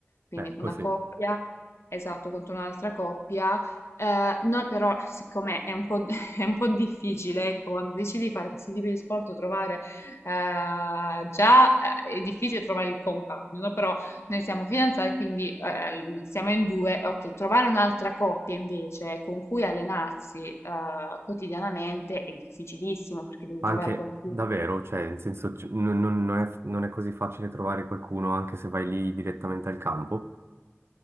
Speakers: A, on the left; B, on the right.
A: quindi
B: ecco,
A: una
B: sì.
A: coppia, esatto, contro un'altra coppia. Eh, noi però, siccome è un po', <laughs> d- è un po' difficile, ecco, quando decidi di fare questi tipi di sport, trovare eh, già eh, è difficile trovare il compagno, no? Però noi siamo fidanzati, quindi eh, siamo in due. Ok, trovare un'altra coppia invece con cui allenarsi eh, quotidianamente è difficilissimo perché devi
B: Anche
A: trovare qualcuno
B: davvero, cioè, in senso, c- non, non- non è, non è così facile trovare qualcuno anche se vai lì direttamente al campo.